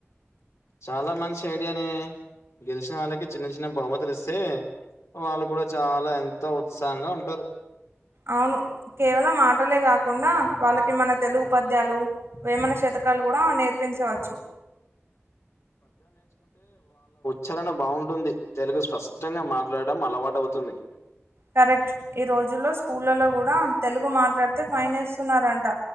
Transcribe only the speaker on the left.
చాలా మంచి ఐడియానే గెలిచిన వాళ్ళకి చిన్న చిన్న బహుమతులు ఇస్తే వాళ్ళు కూడా చాలా ఎంతో ఉత్సాహంగా ఉంటరు
చరణ బాగుంటుంది తెలుగు స్పష్టంగా మాట్లాడడం అలవాటౌతుంది